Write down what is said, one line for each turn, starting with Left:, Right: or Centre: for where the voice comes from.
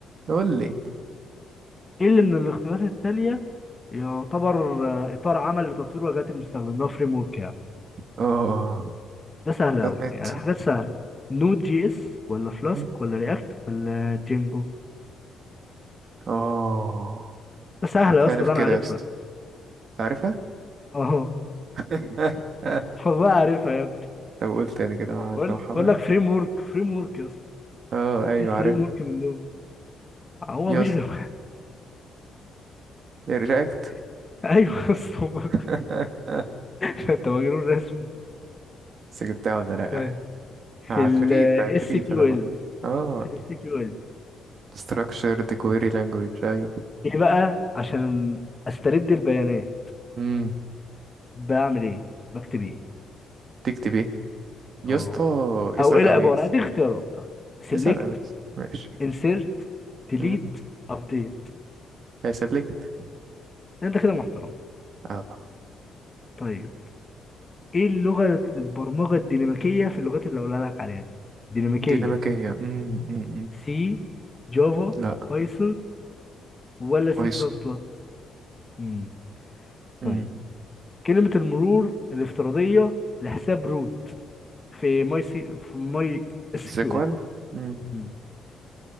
Right: قول لي
Left: ايه اللي من الاختيارات التالية يعتبر آه، اطار عمل لتطوير واجهات المستخدم ده فريم ورك يعني
Right: اه اه
Left: ده سهل أوي
Right: دوت نت
Left: يعني حاجات سهلة نود جي اس ولا فلاسك
Right: مم.
Left: ولا رياكت ولا جينجو
Right: اه
Left: ده سهلة يا اسطى
Right: عارف
Left: ده
Right: كده
Left: أنا عارفها
Right: يا اسطى عارفها
Left: أهو
Right: <laughs>
Left: حبها عارفها يا ابني
Right: طب قول تاني كده مع الراحة
Left: بقول بقول
Right: بقى
Left: لك فريم ورك فريم ورك يا اسطى
Right: اه ايوه
Left: إيه
Right: عارف
Left: فريم ورك من دول آه، هو
Right: يا
Left: مفيش
Right: اسطى
Left: غير واحد.
Right: رياكت
Left: <laughs> أيوه يا اسطى
Right: <laughs>
Left: <laughs> أنت مجنون رسمي
Right: بس جبتها ولا لأ
Left: طيب في
Right: عفريت
Left: ال
Right: عفريت
Left: اس كيو
Right: انا بقى
Left: ال
Right: اه
Left: في الاس كيو ال
Right: structured query language ايوه
Left: إيه بقى عشان أسترد البيانات
Right: امم
Left: بعمل إيه؟ بكتب إيه؟
Right: تكتب ايه يا
Left: أه
Right: اسطى اسأل
Left: أو إيه العبارة؟
Right: عويز
Left: دي اختيارات سيلكت
Right: اسأل عويز ماشي
Left: انسيرت ديليت
Right: امم
Left: ابديت
Right: هيسلكت
Left: انت كده محترم
Right: اه
Left: طيب ايه اللغة البرمجة الديناميكية في اللغات اللي اقولها لك عليها دي ديناميكية
Right: ديناميكية امم امم
Left: سي جافا
Right: لا
Left: بايثون ولا سي
Right: بايثون
Left: بلس بلس امم
Right: امم
Left: طيب كلمة المرور الافتراضية لحساب روت في ماي سي في ماي اس
Right: سيكوال
Left: كيو ال
Right: امم
Left: امم